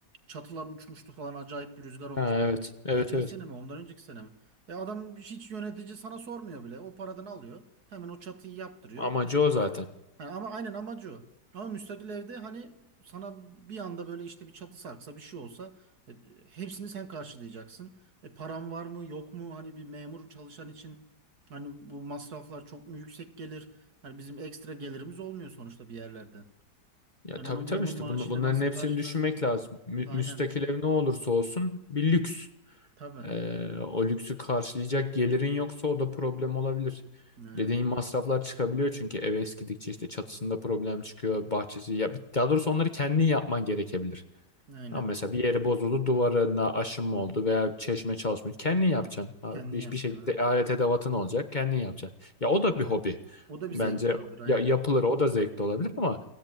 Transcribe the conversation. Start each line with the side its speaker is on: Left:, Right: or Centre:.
Right: Çatılar uçmuştu falan acayip bir rüzgar olmuştu.
Left: Ha, evet, evet,
Right: Geçen
Left: evet.
Right: sene mi ondan önceki sene mi? E adam hiç yönetici sana sormuyor bile. O paradan alıyor. Hemen o çatıyı yaptırıyor.
Left: Amacı o zaten.
Right: Ha, ama aynen amacı o. Ama müstakil evde hani sana bir anda böyle işte bir çatı sarksa bir şey olsa e, hepsini sen karşılayacaksın. E, param var mı yok mu hani bir memur çalışan için hani bu masraflar çok mu yüksek gelir? Hani bizim ekstra gelirimiz olmuyor sonuçta bir yerlerden.
Left: Ya
Right: Hani
Left: tabii
Right: onu memur
Left: tabii işte
Right: maaşıyla
Left: bunu, bunların
Right: nasıl
Left: hepsini
Right: karşılarsın?
Left: düşünmek lazım. Mü
Right: Aynen
Left: müstakil ev ne olursa olsun bir lüks.
Right: tabii.
Left: Ee, o lüksü karşılayacak gelirin yoksa o da problem olabilir.
Right: Aynen.
Left: Dediğin masraflar çıkabiliyor çünkü ev eskidikçe işte çatısında problem çıkıyor, bahçesi ya daha doğrusu onları kendin yapman gerekebilir.
Right: Aynen.
Left: Ama mesela bir yeri bozuldu, duvarına aşınma oldu veya çeşme çalışmıyor. Kendin yapacaksın abi.
Right: Kendin
Left: Bir,
Right: yapacaksın.
Left: bir şekilde
Right: Aynen.
Left: alet edevatın olacak. Kendin yapacaksın. Ya o da bir hobi.
Right: O da bir
Left: Bence
Right: zevk olabilir aynen.
Left: ya, yapılır. O da zevkli olabilir ama